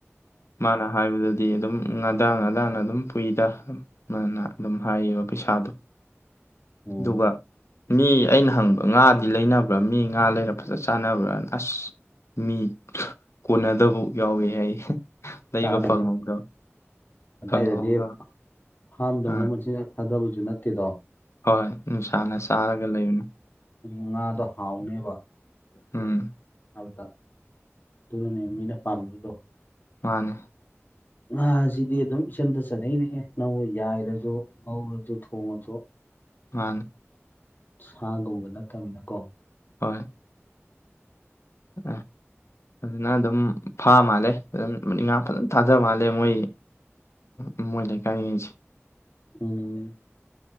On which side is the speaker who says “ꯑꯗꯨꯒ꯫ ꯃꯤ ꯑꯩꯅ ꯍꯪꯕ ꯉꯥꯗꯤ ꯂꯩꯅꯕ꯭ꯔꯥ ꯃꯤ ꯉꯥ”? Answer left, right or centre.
Left